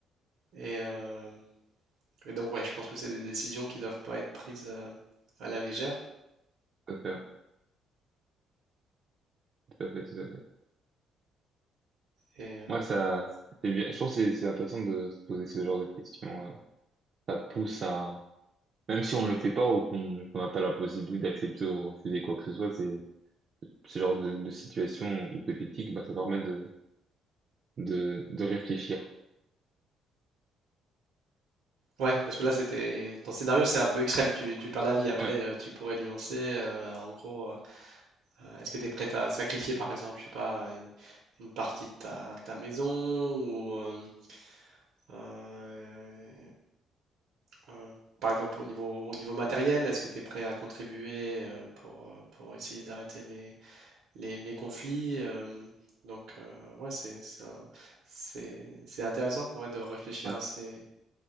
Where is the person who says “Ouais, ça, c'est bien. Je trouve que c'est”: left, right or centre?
Right